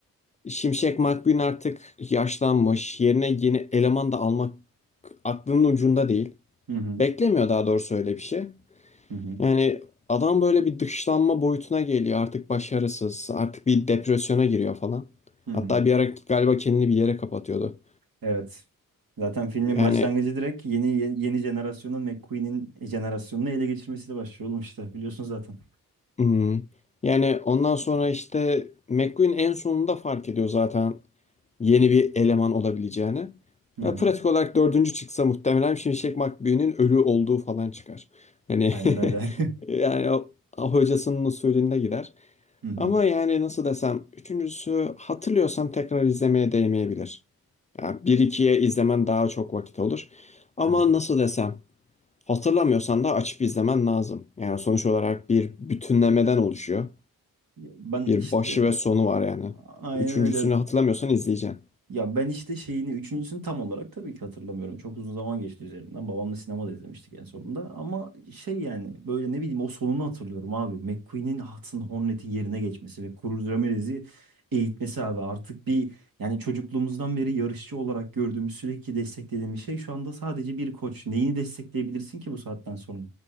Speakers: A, on the left; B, on the right.
A: Şimşek McQueen artık yaşlanmış. Yerine yeni eleman da almak aklının ucunda değil.
B: Hı hı
A: Beklemiyor daha doğrusu öyle bir şey.
B: hı hı.
A: Yani adam böyle bir dışlanma boyutuna geliyor. Artık başarısız. Artık bir depresyona giriyor falan.
B: hı hı.
A: Hatta bir ara galiba kendini bir yere kapatıyordu.
B: Evet. Zaten filmin
A: Yani
B: başlangıcı direkt yeni yeni, yeni jenerasyonun McQueen'in jenerasyonunu ele geçirmesiyle başlıyor oğlum işte biliyorsun zaten.
A: Hmm. Yani ondan sonra işte McQueen en sonunda fark ediyor zaten yeni bir eleman olabileceğini.
B: Hı
A: Ya
B: hı.
A: pratik olarak dördüncü çıksa muhtemelen Şimşek McQueen'in ölü olduğu falan çıkar. Hani
B: Aynen öyle.
A: <laughs> yani o, o hocasının usulünde gider.
B: <laughs> Hı hı.
A: Ama yani nasıl desem üçüncüsü hatırlıyorsam tekrar izlemeye değmeyebilir. Yani bir ikiye izlemen daha çok vakit olur. Ama
B: Aha.
A: nasıl desem hatırlamıyorsan da açıp izlemen lazım. Yani sonuç olarak bir bütünlemeden oluşuyor.
B: Ben
A: Bir
B: işte
A: başı ve sonu var yani.
B: aynen
A: Üçüncüsünü
B: öyle
A: hatırlamıyorsan izleyeceksin.
B: Ya ben işte şeyini üçüncüsünü tam olarak tabii ki hatırlamıyorum. Çok uzun zaman geçti üzerinden. Babamla sinemada izlemiştik en sonunda. Ama şey yani böyle ne bileyim o sonunu hatırlıyorum abi. McQueen'in Hudson Hornet'in yerine geçmesi ve Cruz Ramirez'i eğitmesi abi. Artık bir yani çocukluğumuzdan beri yarışçı olarak gördüğümüz sürekli desteklediğimiz şey şu anda sadece bir koç. Neyini destekleyebilirsin ki bu saatten sonra?